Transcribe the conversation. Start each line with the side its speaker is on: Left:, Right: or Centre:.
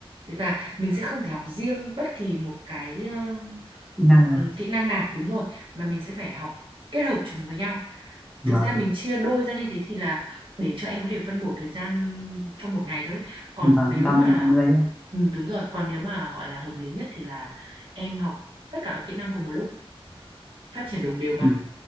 Right: Đấy và mình sẽ không thể học riêng bất kỳ một cái ờ,
Centre: kỹ năng nào
Right: ừ, kỹ năng nào đúng rồi mà mình sẽ phải học kết hợp chúng với nhau.
Centre: vâng
Right: Thực ra mình chia đôi ra như thế thì là để cho em có thể phân bổ thời gian trong một ngày thôi. Còn
Centre: vâng
Right: nếu
Centre: ba
Right: mà
Centre: mươi ba mươi á
Right: ừ, đúng rồi, còn nếu mà gọi là hợp lý nhất thì là em học tất cả các kỹ năng cùng một lúc, phát triển đồng đều mà.
Centre: Ừ,